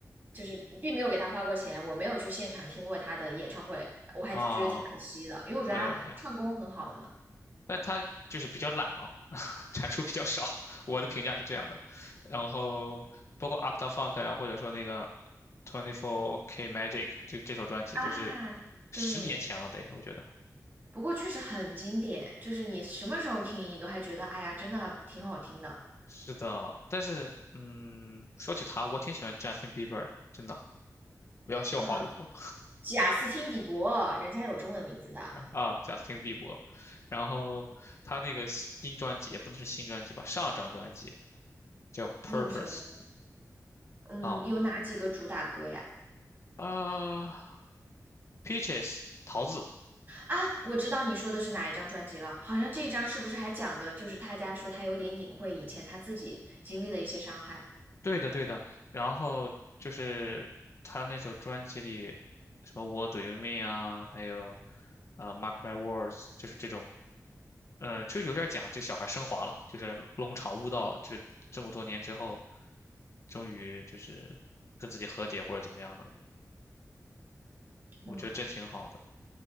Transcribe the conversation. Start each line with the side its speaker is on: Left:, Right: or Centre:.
Right: 就是并没有给他花过钱，我没有去现场听过他的演唱会，我还觉得挺可惜的，
Left: 啊，
Right: 因为我觉得他唱功很好嘛。
Left: 没有没有，那他就是比较懒嘛，产出比较少，我的评价是这样的。然后包括 u p t o w Funk 呀、或者说那个 Twenty Four K Magic 这这首专辑都是
Right: 啊，
Left: 十年前了得，
Right: 对，
Left: 我觉得
Right: 不过确实很经典，就是你什么时候听，你都还觉得哎呀，真的挺好听的
Left: 是的。但是嗯，说起他，我挺喜欢 Justin Bieber 的，真的。不要笑话我
Right: 啊。贾斯汀比伯，人家有中文名字的，
Left: 啊，Justin Bieber。比伯然后他那个新专辑也不能是新专辑吧，上张专辑叫《Purpose》
Right: 那个什么，嗯，
Left: 啊
Right: 有哪几个主打歌呀？
Left: 啊，Peaches 桃子
Right: 啊，我知道你说的是哪一张专辑了，好像这张是不是还讲的就是他家说他有点隐晦以前他自己经历的一些伤害。
Left: 对的，对的。然后就是他那首专辑里，什么《What Do You Mean》啊，还有呃《Mark My Words》，就是这种，呃，就有点讲这个小孩升华了，就是龙场悟道，就这么多年之后，终于就是跟自己和解或者怎么样的，我觉得这挺好的。
Right: 哇，